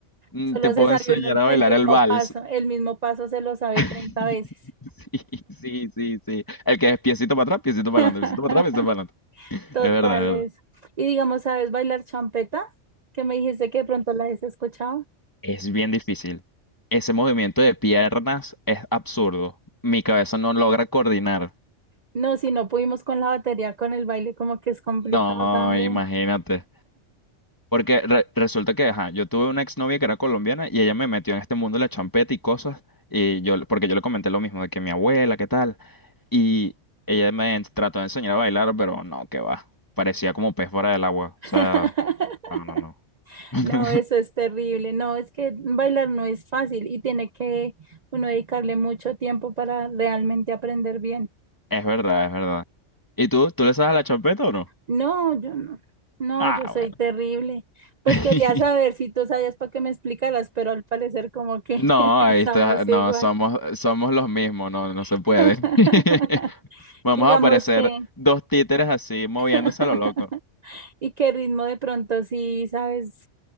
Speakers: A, on the left (about 15°); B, on the right (about 40°).
A: mm,
B: Solo
A: te puedo
B: se sabe
A: enseñar
B: uno el
A: a bailar
B: el mismo
A: el vals.
B: paso, el mismo paso se lo sabe
A: <laughs>
B: 30 veces.
A: Sí, sí, sí, sí. El que es piecito para atrás, piecito
B: <laughs>
A: para adelante, piecito para atrás, piecito para adelante.
B: Total
A: Es verdad, es
B: eso.
A: verdad.
B: Y digamos, ¿sabes bailar champeta? Que me dijiste que de pronto la has escuchado.
A: Es bien difícil. Ese movimiento de piernas es absurdo. Mi cabeza no logra coordinar.
B: No, si no pudimos con la batería, con el baile, como que es complicado
A: No,
B: también.
A: imagínate. Porque re- resulta que, ajá, yo tuve una exnovia que era colombiana y ella me metió en este mundo de la champeta y cosas. Y yo, porque yo le comenté lo mismo, de que mi abuela, ¿qué tal? Y ella me en- trató de enseñar a bailar, pero no, que va. Parecía como pez fuera del agua. O
B: <laughs>
A: sea, no, no, no. <laughs>
B: No, eso es terrible. No, es que bailar no es fácil y tiene que uno dedicarle mucho tiempo para realmente aprender bien.
A: Es verdad, es verdad. ¿Y tú? ¿Tú le sabes a la champeta o no?
B: No, yo no. No,
A: Ah,
B: yo soy
A: bueno.
B: terrible. Pues
A: <laughs>
B: quería saber si tú sabías para que me explicaras, pero al parecer como que
A: No,
B: <laughs> estamos
A: ahí está, no,
B: igual.
A: somos, somos los mismos, no, no se
B: <laughs>
A: puede. <laughs> Vamos
B: Digamos
A: a aparecer
B: que,
A: dos títeres así moviéndose
B: <laughs>
A: a lo loco.
B: ¿y qué ritmo de pronto sí sabes